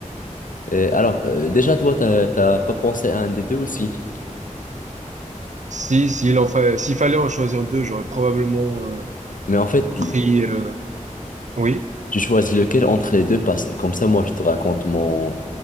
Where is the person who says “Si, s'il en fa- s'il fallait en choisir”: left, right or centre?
Right